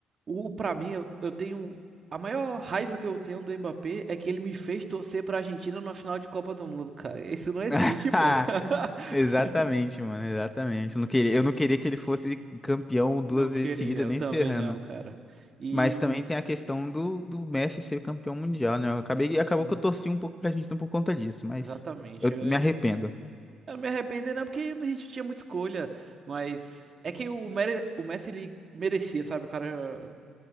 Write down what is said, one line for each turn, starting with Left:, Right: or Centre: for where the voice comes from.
Right: O, para mim, eu, eu tenho. A maior raiva que eu tenho do Mbappé é que ele me fez torcer pra Argentina na final de Copa do Mundo, cara. Isso não existe,
Left: <laughs>
Right: pô. <laughs>
Left: Exatamente, mano, exatamente. Eu não queria, eu não queria que ele fosse campeão duas
Right: Não queria,
Left: vezes seguida,
Right: eu
Left: nem
Right: também
Left: ferrando.
Right: não, cara. E.
Left: Mas também tem a questão do, do Messi ser campeão mundial, né? Eu acabei,
Right: Sim,
Left: acabou
Right: sim.
Left: que eu torci um pouco pra gente por conta disso, mas
Right: Exatamente.
Left: eu
Right: Eu,
Left: me arrependo.
Right: eu me arrependo, não, porque a gente tinha muita escolha. Mas é que o, Mere- o Messi, ele merecia, sabe? O cara